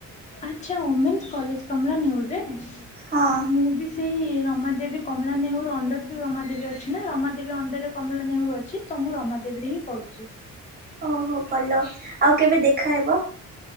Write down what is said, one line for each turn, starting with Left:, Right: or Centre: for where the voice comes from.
Left: ଆଚ୍ଛା ଓମେନ୍ସ କଲେଜ କମଳା ନେଉରରେ ମୁଁ
Right: ହଁ
Left: ବି ସେ ସେଇ ରମାଦେବୀ କମଳା ନେହେରୁ ଅଣ୍ଡରରେ ବି ରମା ଦେବୀ ଅଛି, ନା ରମାଦେବୀ ଅଣ୍ଡରରେ କମଳା ନେହେରୁ ଅଛି ତ ମୁଁ ରମାଦେବୀରେ ହିଁ କରୁଚି।
Right: ଓହୋ ଭଲ ଆଉ କେବେ ଦେଖାହେବ?